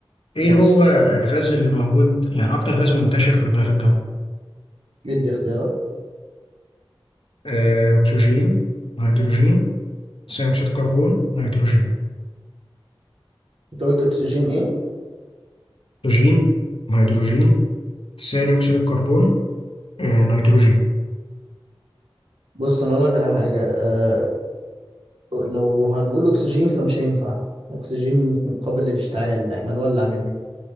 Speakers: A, on the left; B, on the right.
A: ايه
B: ماشي
A: هو الغاز اللي موجود يعني اكتر غاز منتشر في الغلاف الجوي
B: ادي اختيارات
A: آه، اكسجين هيدروجين ثاني اكسيد الكربون نيتروجين
B: انت قلت اكسجين ايه
A: اكسجين هيدروجين ثاني اكسيد الكربون آه، نيتروجين
B: بص انا اقول لك على حاجة آه لو هنقول اكسجين فمش هينفع اكسجين قابل للاشتعال احنا نولع منه